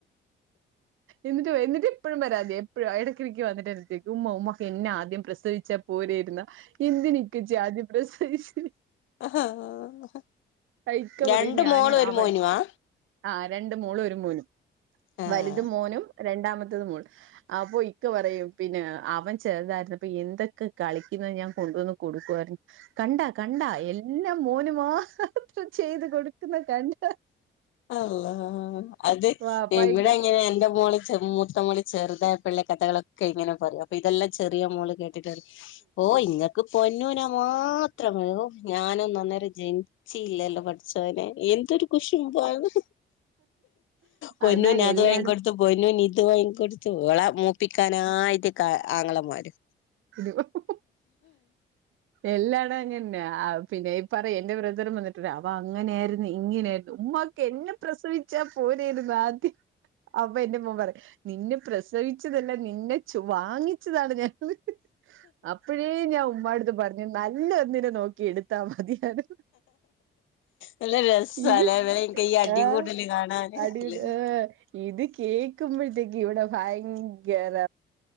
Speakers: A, on the right (about 85°); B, on the left (about 75°).
A: എന്നിട്ട് എന്നിട്ട് ഇപ്പഴും പരാതിയ ഇടക്കിടക്ക് വന്നിട്ട് എന്റെ അടുത്ത് ചോയിക്കും ഉമ്മ ഉമ്മയ്ക്ക് എന്നെ ആദ്യം പ്രസവിച്ചാ പോരാരുന്നോ എന്തിനാ ഇക്കച്ചിയെ ആദ്യം പ്രസവിച്ചെ
B: ആഹ്
A: ഇയിക്ക പറയും
B: രണ്ട്
A: ഞാന്
B: മോളും ഒരു
A: അവൻ
B: മോനുവാ
A: ആഹ് രണ്ട് മോളും ഒരു മോനും
B: ആഹ്
A: വലുത് മോനും രണ്ടാമത്തത് മോൾ അപ്പൊ ഇക്കെ പറയും പിന്നെ അവൻ ചെറുതായിരുന്നപ്പൊ എന്തൊക്കെ കളിക്കുന്ന ഞാൻ കൊണ്ടുവന്ന് കൊടുക്കു ആരുന്നു കണ്ടാ കണ്ടാ എല്ലാം മോന് മാത്രം ചെയ്ത് കൊടുക്കുന്ന കണ്ട
B: അള്ളാ അത്
A: വാപ്പായിക്ക്
B: ഇവിടെ ഇങ്ങനെ എന്റെ മോളെ ചെമ്മൂ നമ്മള് ചെറുതായ പിള്ളെ കഥകളൊക്കെ ഇങ്ങനെ പറയും അപ്പൊ ഇതെല്ലാം ചെറിയ മോള് കേട്ടിട്ട് പറയും ഓ ഇങ്ങ പൊന്നുനെ മാത്രം മതി ഞാന് ഒന്നും അന്നേരം ജ നിചീല്ലല്ലോ പഠച്ചൊവനെ എന്ത് എന്തോര് കുശുമ്പ അന്നോ പൊന്നുന്
A: എന്നാ
B: അത്
A: എല്ലായിടത്തിനും
B: വാങ്ങി കൊ ഇത് പൊന്നുന് ഇത് വാങ്ങി കൊടുത്ത് ഇവളെ മൂപ്പിക്കാനായിട്ട് ആങ്ങളമാര്
A: <unintelligible> എല്ലാടം ഇതാനെ ആഹ് പിന്നെ ഈ പറയും എന്റെ ബ്രദറും വന്നിട്ട് പറയും അവനങ്ങനാരിന്ന് ഇങ്ങനാരിന്ന് ഉമ്മക്ക് എന്നെ പ്രസവിച്ചാ പോരരുന്നോ ആദ്യം അപ്പ എന്റെ ഉമ്മ പറയും നിന്നെ പ്രസവിച്ചതല്ല നിന്നെ ചോ വാങ്ങിച്ചതാണ് ഞങ്ങള് അപ്പഴേ ഞാൻ ഉമ്മാടുത്ത് പറഞ്ഞു നല്ല ഒന്നിനെ നോക്കി എടുത്താ മതിയാര്നെന്ന്
B: നല്ല രസാല്ലേ
A: ഇത്
B: ഇവരെ എനിക്ക് ഈ അടികൂടല്
A: ആഹ്
B: കാണാന്
A: അടിടെ
B: നല്ല
A: ആഹ് ഇത് കേക്കുമ്പോഴത്തേക്ക് ഇവിടെ ഭയങ്കര